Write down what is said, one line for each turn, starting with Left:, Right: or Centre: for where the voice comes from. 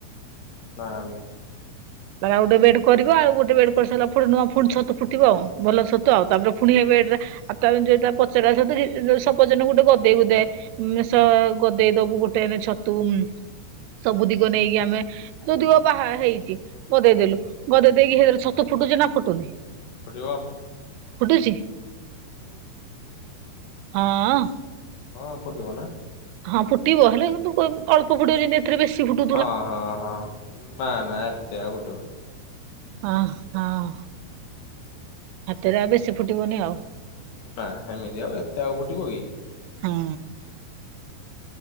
Left: ନା ନା।
Right: ତା ପରେ ଆଉ ଗୋଟେ ବେଡ୍ କରିବ, ଆଉ ଗୋଟେ ବେଡ୍ କରିସାରିଲା ପରେ ଫୁଣି ନୂଆ ଫୁଣି ଛତୁ ଫୁଟିବ ଆଉ। ଭଲ ଛତୁ ଆଉ ତାପରେ ଫୁଣି ହେଇ ବେଡରେ
Left: ହଁ
Right: ତା ପରେ ଯୋଉଟା ପଚରା ଛତୁ ଯେ ସପୋଜ ନ ଯେ ଗୋଟେ ଗଦେଇ ଗୁଦାଏ ମୁଁ ଷ ଗଦେଇ ଦବୁ ଗୋଟେ ଏଇନେ ଛତୁ ଉଁ ସବୁ ଦିଗ ନେଇକି ଆମେ ଯୋଉଦିଗ ବାହା ହେଇଚି ଗଦେଇ ଦେଲୁ ଗଦେଇ ଦେଇକି ହେଲେ ହେଥୀରେ ଛତୁ ଫୁଟୁଚି ନା ଫୁଟୁନି?
Left: ଫୁଟିବ।
Right: ଫୁଟୁଚି?
Left: ହୁଁ।
Right: ହଁ ଅଁ।
Left: ହଁ, ଫୁଟିବ ନା।
Right: ହଁ, ଫୁଟିବ ହେଲେ କିନ୍ତୁ କୋଇ ଅଳ୍ପ ଫୁଟିବ ଯେମିତି ଏଥିରେ ବେଶୀ ଫୁଟୁ
Left: ହଁ ହଁ ହଁ ନା ନା ଏତେ ଆଉ ଫୁଟିବ
Right: ଅଁ ହଁ ହାତରେ ଆଉ ବେଶୀ ଫୁଟିବନି ଆଉ।
Left: ନା ହେମିତି ଆଉ ଏତେ ଆଉ ଫୁଟିବ କି?
Right: ହୁଁ।